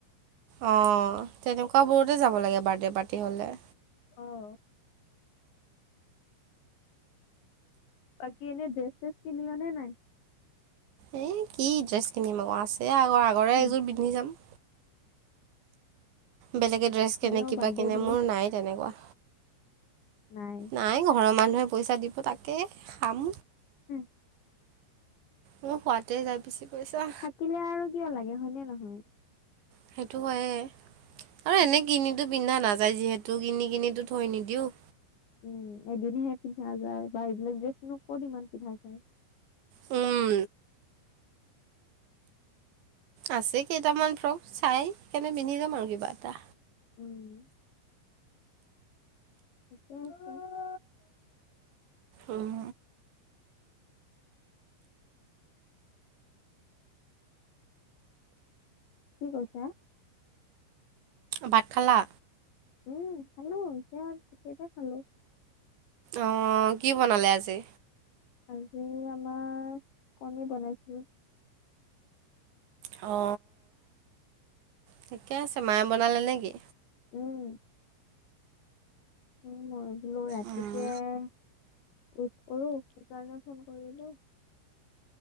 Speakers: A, on the right; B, on the left.
A: অ' তেনেকুৱাবোৰতে যাব লাগে, বাৰ্থডে' পাৰ্টি হ'লে।
B: অ'। বাকি এনে ড্ৰেছ চেচ কিনিলানে নাই?
A: এই, কি ড্ৰেছ কিনিম আকৌ? আছে আগৰ, আগৰে
B: উম
A: এযোৰ পিন্ধি যাম। বেলেগে ড্ৰেছ
B: হ'লেও
A: কিনে, কিবা
B: বাৰ্থডে
A: কিনে।
B: বুলি?
A: মোৰ নাই তেনেকুৱা।
B: নাই।
A: নাই, ঘৰৰ মানুহে পইচা দিব তাকে খাম।
B: হম।
A: মোৰ খোৱতে যায়, বেছি পইছা।
B: কিলে আৰু কিয় লাগে? হয়নেে নহয়।
A: সেইটো হয়ে। আৰু
B: উম
A: এনেই কিনিতো পিন্ধা নাযায় যিহেতু, কিনি কিনিটো থৈ নিদিওঁ।
B: উম। এদিনহে পিন্ধা যায়, বা এইবিলাক ড্ৰেছনো ক'ত ইমান পিন্ধা যায়।
A: হুম। আছে কেইটামান ফ্ৰক। চাই কেনে পিন্ধি যাম আৰু কিবা এটা।
B: উম। <unintelligible>
A: উম।
B: কি কৈছা?
A: ভাত খালা?
B: উম, খালোঁ। এতিয়া কেইটা খালোঁ।
A: অ', কি বনালে আজি?
B: আজি আমাৰ কণী বনাইছিল।
A: অ, ঠিকে আছে। মায়ে বনালে নে কি?
B: উম। উ, মই বোলো ৰাতিকে
A: উম,
B: উইচ কৰোঁ, সেইকাৰণে ফোন কৰিলোঁ।